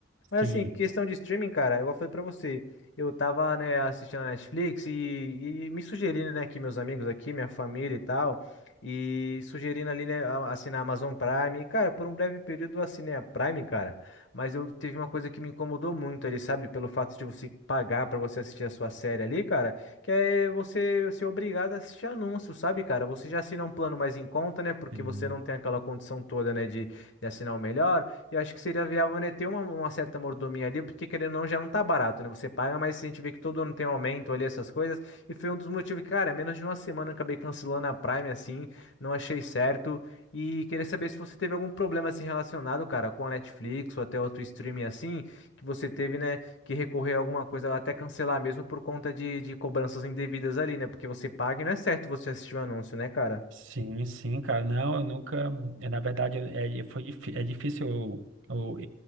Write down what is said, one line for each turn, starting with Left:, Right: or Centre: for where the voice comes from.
Left: Mas
Right: Sim,
Left: assim, questão de streaming, cara, eu falei pra você, eu tava, né, assistindo a Netflix e, e me sugerindo, né, aqui meus amigos aqui, minha família e tal, e sugerindo ali, né, a- assinar a Amazon Prime. E, cara, por um breve período eu assinei a Prime, cara, mas eu teve uma coisa que me incomodou muito ali, sabe? Pelo fato de você pagar pra você assistir a sua série ali, cara, que é você ser obrigado a assistir anúncio, sabe, cara? Você já assina um plano mais em conta, né, porque
Right: sim,
Left: você não tem aquela condição toda, né, de de assinar o melhor. Eu acho que seria viável, né, ter uma, uma certa mordomia ali, porque querendo ou não, já não tá barato, né? Você paga, mas a gente vê que todo ano tem um aumento ali, essas coisas. E foi um dos motivos, que, cara, menos de uma semana eu acabei cancelando a Prime, assim, não achei certo. E queria saber se você teve algum problema, assim, relacionado, cara, com a Netflix ou até outro streaming, assim, que você teve, né, que recorrer a alguma coisa, até cancelar mesmo por conta de, de cobranças indevidas ali, né? Porque você paga e não é certo você assistir o anúncio, né, cara?
Right: sim, sim, cara. Não, eu nunca. é, Na verdade, é, é, foi, difí- é difícil eu, eu,